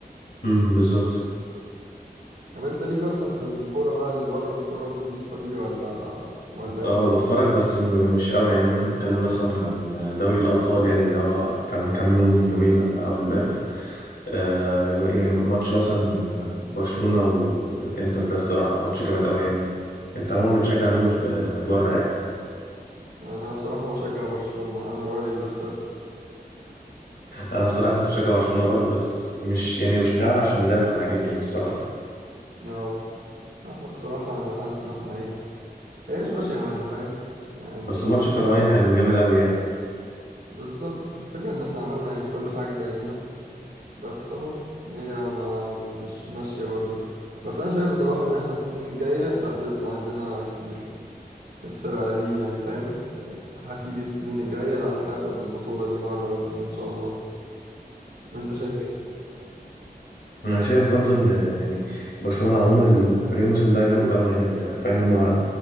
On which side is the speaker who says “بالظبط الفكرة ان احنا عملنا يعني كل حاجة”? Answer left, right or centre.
Right